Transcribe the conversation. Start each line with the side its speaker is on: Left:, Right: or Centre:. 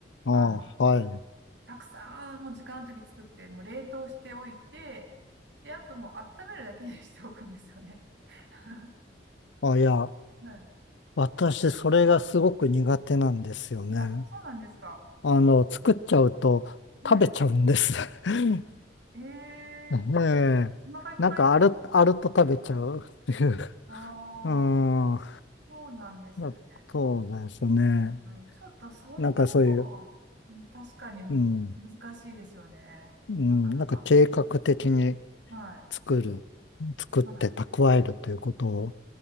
Left: ああ、
Right: あの、
Left: はい。
Right: たくさん、もう時間あるとき作って、もう冷凍しておいて、で、あともう温めるだけにしておくんですよね。<laughs>
Left: あ、いや。
Right: はい。
Left: 私、それがすごく苦手なんですよね。
Right: あ、そうなんですか。
Left: あの、作っちゃうと食べちゃうんです。
Right: はい
Left: <laughs>
Right: ええ
Left: ねえ。
Right: お腹いっぱいになったね
Left: <laughs> なんかある、あると食べちゃうっていう。
Right: ああ、
Left: <laughs> うん。
Right: そうなんですね。
Left: まそうなんですよね。
Right: はい、ちょっとそれだと、
Left: なんかそういう、
Right: 確かに難しいですよね。
Left: うん。うん。
Right: なかなか。
Left: なんか計画的に
Right: はい。
Left: 作る、作って蓄えるということを
Right: はい。